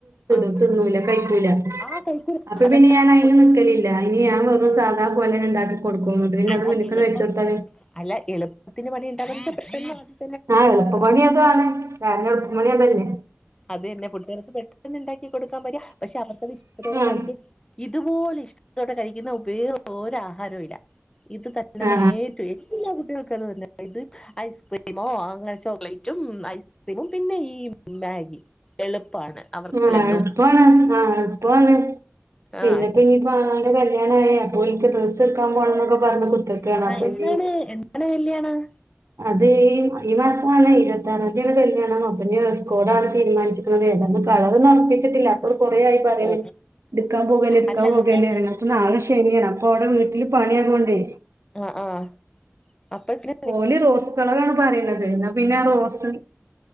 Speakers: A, on the left; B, on the right.
A: ആ
B: <unintelligible> തിന്നൂല കഴിക്കൂല
A: ആ കഴിക്കൂല
B: അപ്പ
A: അതൊക്കെ
B: പിന്നെ ഞാൻ അയിന്
A: കൊടു
B: നിക്കല് - ഇല്ല ഇനി ഞാനൊരു സാധാ പോലെന്നെണ്ടാക്കി കൊടുക്കും പിന്നത്
A: അല്ല
B: മുന്നിക്കട്
A: എളുപ്പം
B: വെച്ചോട്ത്താല്
A: അല്ല എളുപ്പത്തിന് പണിയിണ്ടാ <unintelligible>
B: ആ എളുപ്പ പണി അതാണ് കാരണം <unintelligible>
A: അതന്നെ പുട്ടികൾക്ക് പെട്ടെന്ന് ഇണ്ടാക്കി കൊടുക്കാൻ പറ്റിയ പക്ഷെ അവർക്കത് ഇഷ്ടത്തോടെ
B: ഉം
A: കഴിക്ക ഇതുപോലെ ഇഷ്ടത്തോടെ കഴിക്കുന്ന വേറൊരു ആഹാരവുല്ല ഇത് തന്നാണ്
B: ആ
A: ഏറ്റവും എല്ലാ കുട്ടികൾക്കത് തന്ന ഇത് ഐസ്ക്രീമോ അങ്ങനെ ചോക്ലേറ്റും ഐസ്ക്രീമും പിന്നെ ഈ മാഗി എളുപ്പാണ് അവർക്കല്ല
B: ആ
A: ദോശ
B: എൾപ്പാണ് ആ എൾപ്പാണ് പിന്നെപ്പിന്നിപ്പ
A: ആഹ്
B: ആ കല്യാണയ അപ്പോഓൽക്ക് ഡ്രസ് സ്സെട്ക്കാപോണന്നക്ക പറഞ്ഞ് കുത്ത്ർക്കാണ്
A: ആഹ്
B: അപ്പ
A: എന്താണ്
B: ഇനി
A: എന്താണ് കല്യാണം
B: അത് ഈ ഈ മാസാണ് ഇരുപത്തറാംന്തിയാണ കല്ലിയാണം അപ്പ ഇഞ്ഞ് ഡ്രസ് കോടാണ് തീരുമാനിച്ചിക്കണ ഏതാ അത് കളറ <unintelligible> <unintelligible> അവര് കൊറേയായി പറയുന്നു
A: ഓ
B: എട്ക്കാൻ പോകല്ലേ എടുക്കാൻ
A: അല്ല
B: പോകല്ല
A: അതല്ല
B: അപ്പ നാളെ നി ശനിയാ അപ്പോടെ വീട്ടില് പണിയാത് കൊണ്ടേ
A: ആഹ് ആഹ് അപ്പ പി
B: ഓല് റോസ് കളറാണ് പറയണത് എന്നാപ്പിന്നെ അ റോസ്